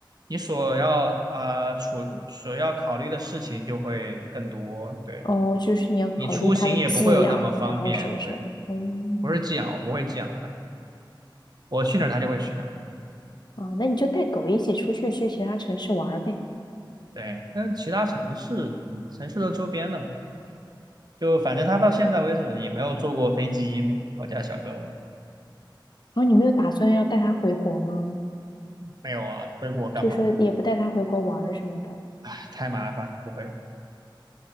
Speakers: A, on the right (about 55°); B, on the left (about 60°).
A: 你所要啊、呃处所要考虑的事情就会更多，对。
B: 哦，就是你要考虑它的寄养，
A: 你出行也不会有那么方便。
B: 然后什么什么的。
A: 对，
B: 嗯，
A: 不是寄养，我不会寄养它，我去哪儿它就会去哪儿。
B: 哦，那你就带狗一起出去去其他城市玩儿呗。
A: 对，但其他城市，嗯城市都周边的嘛，就反正它到现在为止也没有坐过飞机呢。我家小狗
B: 然后你没有打算要带它回国吗？
A: 没有啊，回国干嘛？
B: 就是说也不带它回国玩儿什么的。
A: 唉，太麻烦，不会。